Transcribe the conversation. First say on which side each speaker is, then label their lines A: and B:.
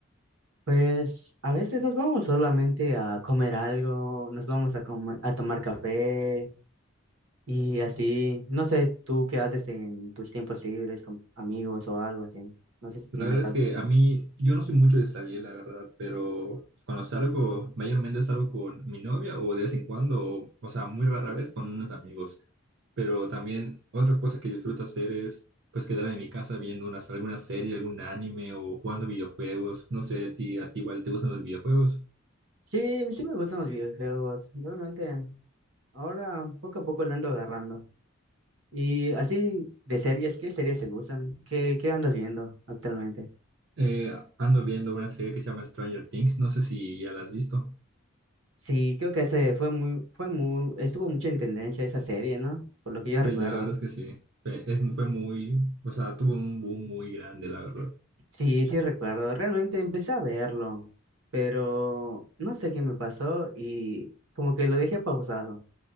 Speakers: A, on the right (about 75°); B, on the right (about 60°).
A: Pues a veces nos vamos solamente a comer algo, nos vamos a, comer- a tomar café y así. No sé tú qué haces en tus tiempos libres con amigos o algo así. No sé si tienes
B: La verdad es
A: algo.
B: que a mí, yo no soy mucho de salir, la verdad, pero cuando salgo, mayormente salgo con mi novia o de vez en cuando, o, o sea, muy rara vez con unos amigos. Pero también otra cosa que disfruto hacer es pues quedarme en mi casa viendo unas, alguna serie, algún anime o jugando videojuegos. No sé si a ti igual te gustan los videojuegos.
A: Sí, sí me gustan los videojuegos. Realmente ahora poco a poco le ando agarrando. Y así de series, ¿qué series te gustan? ¿Qué, qué andas viendo actualmente?
B: Eh, ando viendo una serie que se llama Stranger Things, no sé si ya la has visto.
A: Sí, creo que ese fue muy, fue muy, estuvo mucho en tendencia esa serie, ¿no? Por lo que yo
B: Sí,
A: recuerdo.
B: la verdad es que sí. Fue, es- fue muy, o sea, tuvo un boom muy grande, la verdad.
A: Sí, sí recuerdo. Realmente empecé a verlo, pero no sé qué me pasó y como que lo dejé pausado.